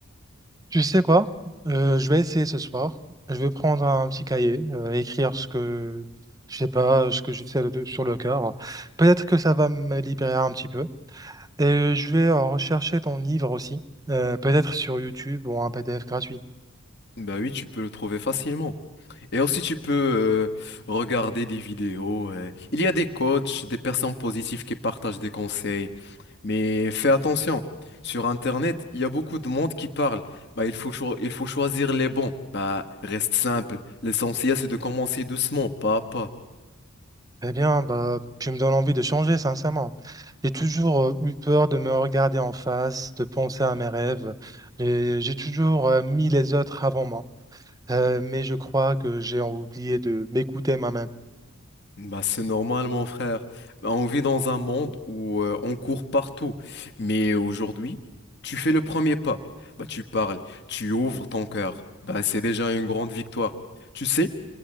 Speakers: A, on the right (about 15°); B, on the left (about 50°).
A: Tu sais quoi? Euh, je vais essayer ce soir. Je vais prendre un petit cahier, euh, écrire ce que je sais pas, ce que j'ai fait de- sur le cœur. Peut-être que ça va me libérer un petit peu. Et je vais euh, rechercher ton livre aussi, euh, peut-être sur YouTube ou un PDF gratuit.
B: Bah oui, tu peux le trouver facilement. Et aussi, tu peux euh, regarder des vidéos. euh. Il y a des coachs, des personnes positives qui partagent des conseils. Mais fais attention. Sur Internet, il y a beaucoup de monde qui parle. Bah, il faut cho- il faut choisir les bons. Bah, reste simple. L'essentiel, c'est de commencer doucement, pas à pas.
A: Eh bien, bah, tu me donnes envie de changer, sincèrement. J'ai toujours euh, eu peur de me regarder en face, de penser à mes rêves. Et J'ai toujours euh, mis les autres avant moi. Euh, mais je crois que j'ai oublié de m'écouter moi-même.
B: Bah, c'est normal, mon frère. Bah, on vit dans un monde où euh, on court partout. Mais aujourd'hui, tu fais le premier pas. Bah, tu parles, tu ouvres ton cœur. Bah, c'est déjà une grande victoire. Tu sais?